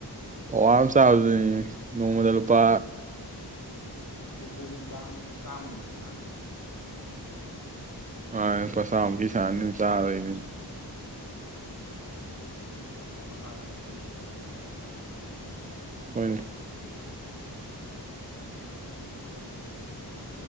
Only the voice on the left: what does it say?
ꯍꯨꯝꯐꯨ ꯍꯨꯝꯗ꯭ꯔꯥ ꯃꯨꯛꯀꯤ ꯆꯥꯝꯃꯃꯨꯛꯀꯤ ꯆꯥꯡꯗꯅꯦ꯫ ꯆꯥꯝꯃ ꯌꯧꯗꯦ
ꯑꯗꯨ ꯀꯩꯁꯨ ꯊꯣꯡꯉ ꯆꯥꯗꯧꯕ ꯅꯠꯇꯦ ꯐꯨꯠꯂꯒ ꯌꯥꯏꯔꯒ ꯆꯥꯗꯣꯏꯅꯦꯕ꯫
ꯌꯥꯝ ꯂꯨꯕ ꯋꯥꯔꯤ ꯅꯠꯇꯦꯗ